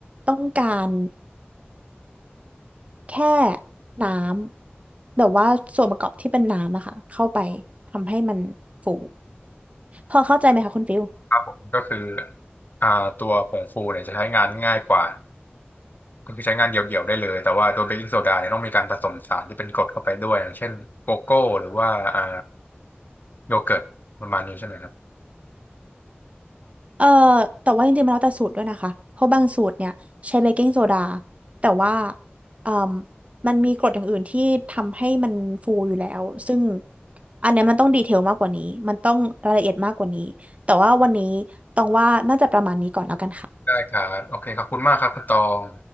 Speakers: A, on the right; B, on the left.
A: ต้องการ แค่น้ำแบบว่าส่วนประกอบที่เป็นน้ำอะค่ะเข้าไปทำให้มันฟูพอเข้าใจไหมคะคุณฟิล
B: ผมก็คืออ่าตัวผงฟูเนี่ยจะใช้งานง่ายกว่า ก็คือใช้งานเดี่ยวๆได้เลย แต่ว่าตัวเบกกิ้งโซดาเนี่ยต้องมีการผสมสารที่เป็นกรดเข้าไปด้วยอย่างเช่นโกโก้หรือว่าอ่าโยเกิร์ตประมาณนี้ใช่ไหมครับ
A: เอ่อแต่ว่าจริงๆมันแล้วแต่สูตรด้วยนะคะเพราะบางสูตรเนี่ยใช้เบกกิ้งโซดาแต่ว่าเอ่มมันมีกรดอย่างอื่นที่ทำให้มันฟูอยู่แล้วซึ่งอันเนี้ยมันต้องดีเทลมากกว่านี้มันต้องรายละเอียดมากกว่านี้แต่ว่าวันนี้ต้องว่าน่าจะประมาณนี้ก่อนแล้วกันค่ะ
B: ได้ครับโอเคขอบคุณมากครับคุณตอง